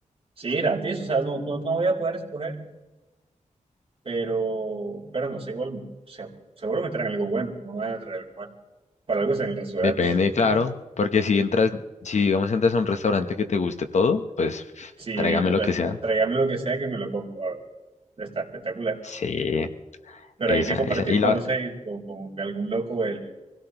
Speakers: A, on the right; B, on the left.
A: Sí, gratis, o sea, no, no, no voy a poder escoger, pero, pero no sé, igual, se- seguro me traen algo bueno, no me van a traer algo malo. Para algo es en el restaurante.
B: depende,
A: <laughs>
B: claro, porque si entras, si digamos entras a un restaurante que te guste todo, pues
A: Sí,
B: tráigame
A: total.
B: lo que sea.
A: Tráigame lo que sea que me lo como. Ah, Está espectacular.
B: Sí,
A: Pero
B: esa,
A: hay que compartir
B: esa. Y la,
A: con, no sé, con, con algún loco el,